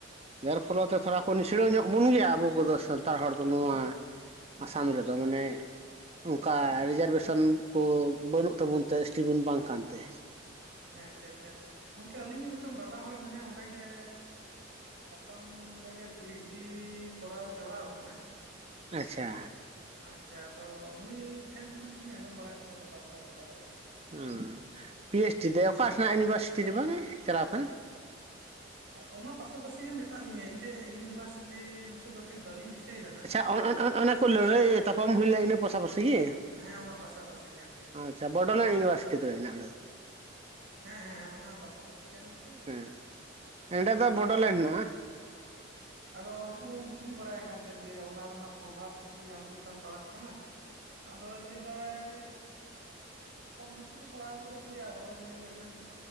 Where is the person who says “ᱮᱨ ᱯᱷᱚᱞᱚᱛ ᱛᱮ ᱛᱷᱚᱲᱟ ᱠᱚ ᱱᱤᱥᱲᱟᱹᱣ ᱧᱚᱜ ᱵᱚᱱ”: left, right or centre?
Right